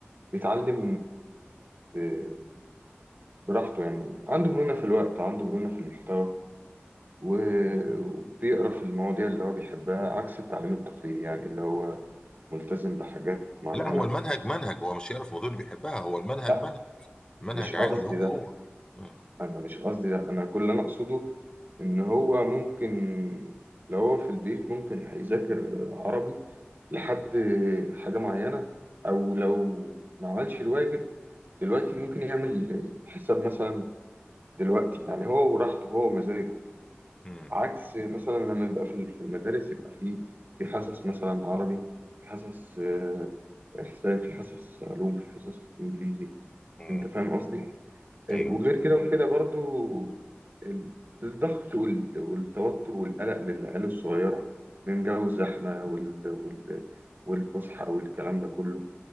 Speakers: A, on the right (about 50°); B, on the left (about 20°).
A: بيتعلم ب- براحته يعني عنده مرونة في الوقت عنده مرونة في المحتوى و- وبيقرأ في المواضيع اللي هو بيحبها عكس التعليم التقليدي يعني اللي هو ملتزم بحاجات معينة
B: لا هو المنهج منهج هو مش هيعرف الموضوع اللي بيحبها هو المنهج
A: لا
B: منهج منهج
A: مش قصدي
B: عادي هو هو
A: ده
B: مم.
A: أنا مش قصدي ده أنا كل اللي أنا أقصده إن هو ممكن لو هو في البيت ممكن هيذاكر عربي لحد حاجة معينة أو لو ما عملش الواجب دلوقتي ممكن يعمل حساب مثلا دلوقتي يعني هو وراحته هو ومزاجه
B: مم.
A: عكس مثلا لما يبقى في في المدارس يبقى في في حصص مثلا عربي في حصص آه، حساب في حصص علوم في حصص انجليزي
B: مم.
A: انت فاهم قصدي آه،
B: ايوه
A: وغير كده وكده برضو ال- الضغط وال- والتوتر والقلق للعيال الصغيرة من جو الزحمة وال- وال- والفسحة والكلام ده كله